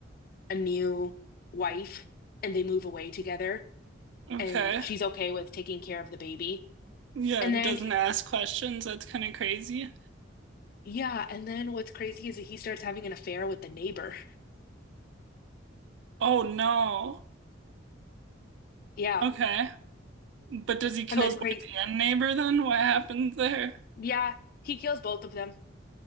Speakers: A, on the left; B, on the right.
A: a new wife and they move away together
B: Okay.
A: and she's okay with taking care of the baby.
B: Yeah,
A: And
B: and
A: then
B: doesn't ask questions. That's kind of crazy.
A: yeah, and then what's crazy is that he starts having an affair with the neighbor.
B: Oh no.
A: Yeah.
B: Okay. But does he kill
A: And then
B: his
A: crazy.
B: wife and neighbor then? What happens there?
A: Yeah, he kills both of them.